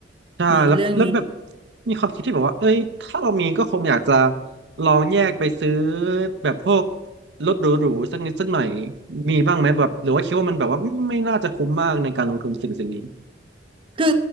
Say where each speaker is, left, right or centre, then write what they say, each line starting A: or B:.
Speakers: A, on the right; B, on the right.
A: ใช่แล้วแล้วแบบ
B: ในเรื่องนี้
A: มีความคิดที่แบบว่าเอ้ยถ้าเรามีก็คงอยากจะลองแยกไปซื้อแบบพวกรถหรูๆสักนิดสักหน่อยมีบ้างไหมแบบหรือว่าคิดว่ามันแบบว่าไม่ไม่น่าจะคุ้มมากในการลงทุนสิ่งสิ่งนี้
B: คือ